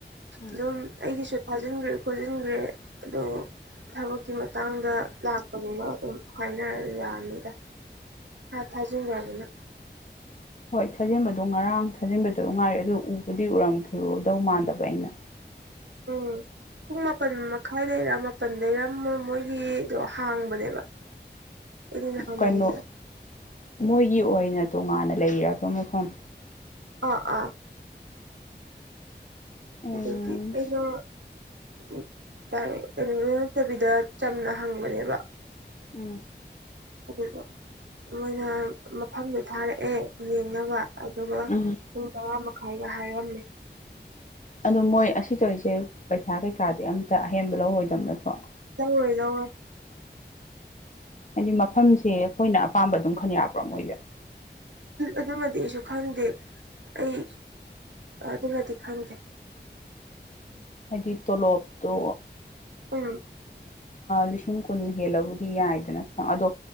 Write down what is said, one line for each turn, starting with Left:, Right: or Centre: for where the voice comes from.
Left: ꯎꯝ
Right: ꯑꯗꯨꯝ ꯑꯩꯒꯤꯁꯨ ꯊꯥꯖꯤꯟꯈ꯭ꯔꯦ ꯈꯣꯖꯤꯟꯒ꯭ꯔꯦ ꯑꯗꯣ ꯊꯕꯛꯀꯤ ꯃꯇꯥꯡꯗ ꯂꯥꯛ ꯂꯄꯅꯤꯅ ꯑꯗꯨꯝ ꯍꯥꯏꯅꯔꯅꯤ ꯌꯥꯔꯅꯤꯗ ꯊꯥꯖꯤꯟꯈ꯭ꯔꯅꯤꯅ
Left: ꯍꯣꯏ ꯊꯥꯖꯤꯟꯕꯗꯣ ꯉꯔꯥꯡ ꯊꯥꯖꯤꯟꯕꯗꯣ ꯉꯥꯏꯔꯦ ꯑꯗꯨ ꯎꯕꯗꯤ ꯎꯔꯝꯈꯤꯔꯣꯗꯧ ꯃꯥꯟꯗꯕ ꯑꯩꯅ
Right: ꯎꯝ ꯄꯨꯡ ꯃꯥꯄꯜ ꯃꯈꯥꯏꯗꯔ ꯃꯥꯄꯜ ꯂꯩꯔꯝꯃꯣ ꯃꯣꯏꯒꯤꯗꯣ ꯍꯥꯡꯕꯅꯦꯕ ꯑꯩꯅ ꯅꯍꯥꯟ
Left: ꯀꯩꯅꯣ
Right: ꯌꯦꯡꯕꯗ
Left: ꯃꯣꯏꯒꯤ ꯑꯣꯏꯅ ꯇꯣꯉꯥꯟꯅ ꯂꯩꯔꯕ ꯃꯐꯝ
Right: ꯑ ꯑꯥ
Left: ꯎꯝ
Right: ꯑꯗꯒꯤ ꯑꯩꯅ ꯎ ꯑꯦꯟ ꯅꯠꯇꯕꯤꯗ ꯆꯝꯅ ꯍꯪꯕꯅꯦꯕ
Left: ꯎꯝ
Right: ꯑꯗꯨꯗ ꯃꯣꯏꯅ ꯃꯐꯝꯗꯨ ꯊꯥꯔꯛꯑꯦ ꯌꯦꯡꯅꯕ ꯑꯗꯨꯒ
Left: ꯎꯝ
Right: ꯄꯨꯡ ꯇꯔꯥ ꯃꯈꯥꯏꯗ ꯍꯥꯏꯔꯝꯃꯦ
Left: ꯑꯗꯣ ꯃꯣꯏ ꯑꯁꯤ ꯇꯧꯔꯤꯁꯦ ꯄꯩꯁꯥ ꯀꯩꯀꯥꯗꯤ ꯑꯝꯇ ꯑꯍꯦꯟꯕ ꯂꯧꯔꯣꯏꯗꯕ ꯅꯠꯇ꯭ꯔꯣ
Right: ꯌꯥꯧꯔꯣꯏ ꯂꯧꯧꯔꯣꯏ
Left: ꯍꯥꯏꯗꯤ ꯃꯐꯝꯁꯦ ꯑꯩꯈꯣꯏꯅ ꯑꯄꯥꯝꯕ ꯑꯗꯨꯝ ꯈꯟ ꯌꯥꯕ꯭ꯔꯣ ꯃꯣꯏꯁꯦ
Right: ꯑꯗꯨꯃꯗꯤ ꯑꯩꯁꯨ ꯈꯪꯗꯦ ꯑꯩ ꯑꯗꯨꯅꯗꯤ ꯈꯪꯗꯦ
Left: ꯍꯥꯏꯗꯤ ꯇꯣꯂꯣꯞꯇꯣ
Right: ꯎꯝ
Left: ꯂꯤꯁꯤꯡ ꯀꯨꯟ ꯍꯦꯜꯂꯕꯨꯗꯤ ꯌꯥꯏꯗꯅꯪ ꯑꯗꯣ